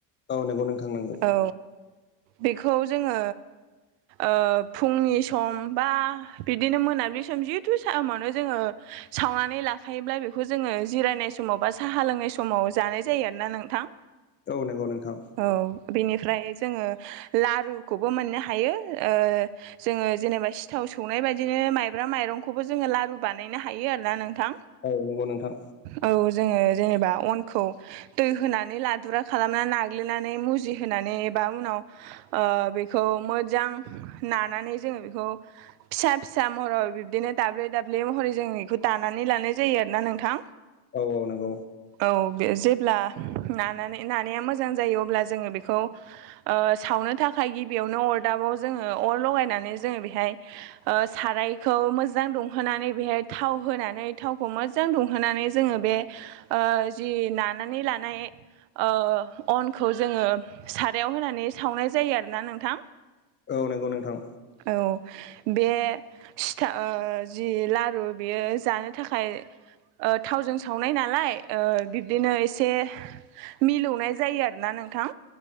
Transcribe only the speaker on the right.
औ बेखौ जोङो ओ फुंनि सम बा बिदिनो मोनाबिलि सम जिथु समावनो जोङो सावनानै लाखायोब्ला बेखौ जोङो जिरायनाय समाव बा साहा लोंनाय समाव जानाय जायो आरोना नोंथां
औ बेनिफ्राय जोङो लारुखौबो मोननो हायो ओ जोङो जेनेबा सि सिथाव सौनाय बायदिनो माइब्रा माइरंखौबो जोङो लारु बानायनो हायो आरोना नोंथां
औ जोङो जेनेबा अनखौ दै होनानै लादुरा खालामनानै नाग्लिनानै मुजिहोनानै एबा उनाव ओ बेखौ मोजां नानानै जोङो बेखौ
फिसा फिसा महर बिब्दिनो दाब्ले दाब्ले महरै जों बेखौ दानानै लानाय जायो आरो ना नोंथां
औ बे जेब्ला नानानै नानाया मोजां जायो अब्ला जोङो बेखौ ओ सावनो थाखाय गिबियावनो अरदाबाव जोङो अर लगायनानै जोङो बेहाय ओ सारायखौ मोजां दुंहोनानै बेहाय थाव होनानै थावखौ मोजां जां दुंहोनानै जोङो बे जि नानानै लानाय ओ अनखौ जोङो सारायाव होनानै सावनाय जायो आरोना नोंथां
औ बे सिथा ओ जि लारु बेयो जानो थाखाय ओ थावजों सावनाय नालाय बिब्दिनो एसे मिलौनाय जायो आरोना नोंथां